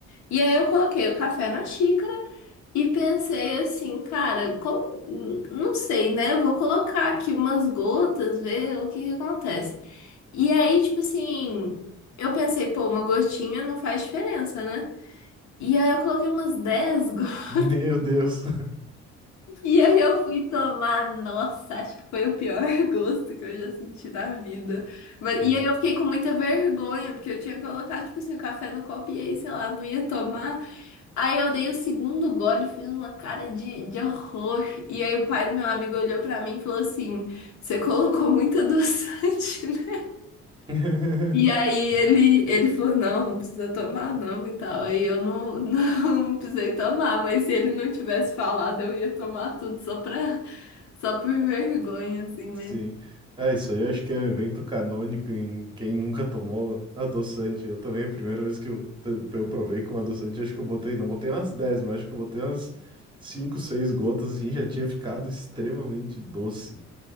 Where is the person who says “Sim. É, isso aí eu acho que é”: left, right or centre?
Right